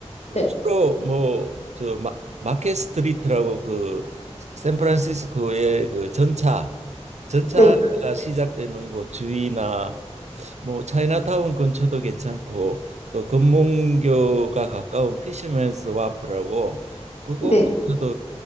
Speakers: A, on the left; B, on the right.
A: 네,
B: 주로 뭐 저 마켓 스트리트라고 그 샌프란시스코의 그 전차 전차가
A: 네,
B: 시작되는 곳 주위나 뭐 차이나타운 근처도 괜찮고 또 금문교가 가까운 피시맨스 와프라고 그곳
A: 네.
B: 도